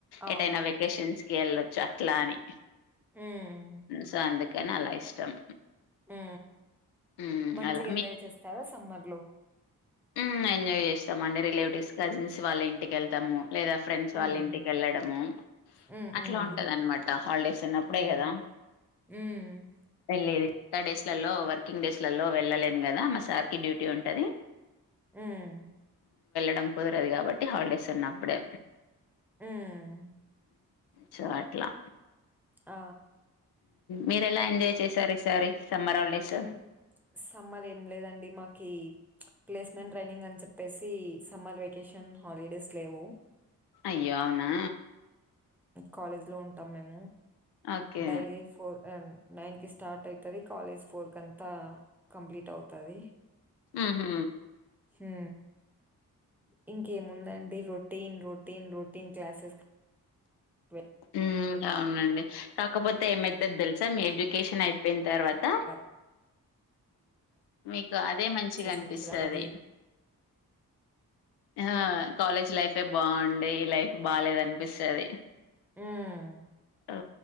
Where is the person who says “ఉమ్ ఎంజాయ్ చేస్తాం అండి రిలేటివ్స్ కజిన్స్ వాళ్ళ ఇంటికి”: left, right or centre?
Left